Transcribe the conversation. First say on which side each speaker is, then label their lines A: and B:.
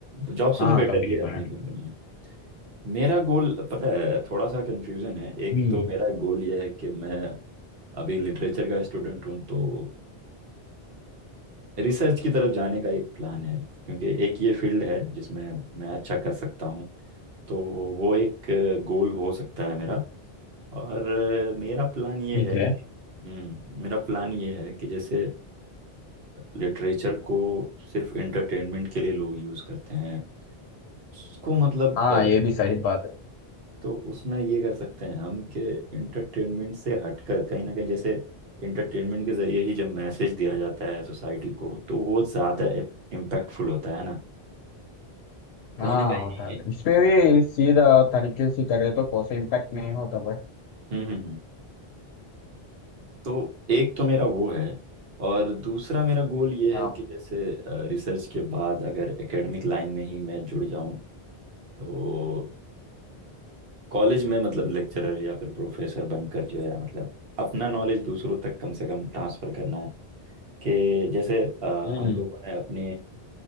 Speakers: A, on the right; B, on the left.
A: जॉब से
B: हाँ
A: तो बेटर
B: कंपनी
A: ये है
B: बनानी
A: अपनी कंपनी है मेरा गोल पता है थोड़ा सा कंफ्यूजन है एक
B: हम्म
A: तो मेरा गोल ये है कि मैं अभी लिटरेचर का स्टूडेंट हूँ तो रिसर्च की तरफ जाने का एक प्लान है क्योंकि एक ये फील्ड है जिसमें मैं अच्छा कर सकता हूँ तो वो एक गोल हो सकता है मेरा और अ, मेरा प्लान ये
B: ठीक
A: है
B: है
A: कि- हम्म मेरा प्लान ये है कि जैसे लिटरेचर को सिर्फ एंटरटेनमेंट के लिए लोग यूज़ करते हैं उसको मतलब
B: हाँ
A: अ,
B: ये भी सही बात है
A: तो उसमें ये कर सकते हैं हम कि इंटरटेनमेंट से हटकर कहीं ना कहीं जैसे इंटरटेनमेंट के जरिए ही जब मैसेज दिया जाता है सोसाइटी को तो वो ज़्यादा इम्पैक्टफुल होता है ना कहीं
B: हाँ
A: ना कहीं
B: होता है इस पे भी सीधा तरीके से करे तो कोई सा इम्पैक्ट नहीं होता भाई
A: हम्म हम्म हम्म तो एक तो मेरा वो है और दूसरा मेरा गोल ये
B: हाँ
A: है कि जैसे रिसर्च के बाद अगर एकेडमिक लाइन में ही मैं जुड़ जाऊं तो कॉलेज में मतलब लेक्चरर या फिर प्रोफेसर बनकर जो है मतलब अपना नॉलेज दूसरों तक कम से कम ट्रांसफर करना है कि जैसे अ,
B: हम्म
A: हम लोगों ने अपनी